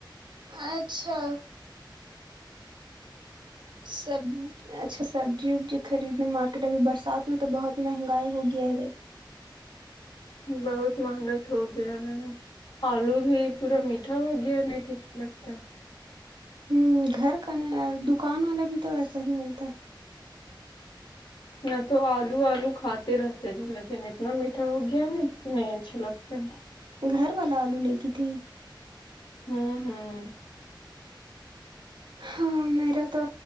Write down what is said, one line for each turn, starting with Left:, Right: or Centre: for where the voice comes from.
Right: اچھا سب اچھا سبزی وبزی خریدنے مارکیٹ ابھی برسات میں تو بہت مہنگائی ہو گیا ہےرھائی
Left: بہت مہنگا تو ہو گیا ن آلو بھی پورا میٹ اھا ہو گیا نہیں ٹیک لگتا
Right: ہ گھر کا نہیں دکان والا بھی تو ویسا ہی ملتا ہے
Left: نہ تو آلو آلو کھاتے رہتے تھے لیکن اتنا میٹھا ہو گیا نہیں کہ نہیں اچھا لگتا ہے
Right: گھر والا آلو لے کی تھی
Left: ہمم ہمم
Right: ہاں میرا تو